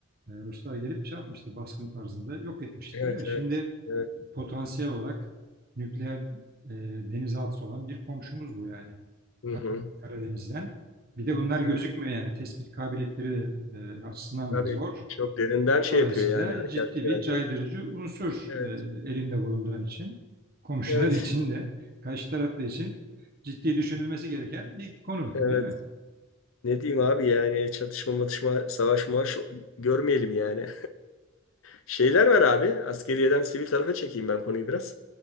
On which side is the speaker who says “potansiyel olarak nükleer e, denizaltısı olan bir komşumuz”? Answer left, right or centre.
Right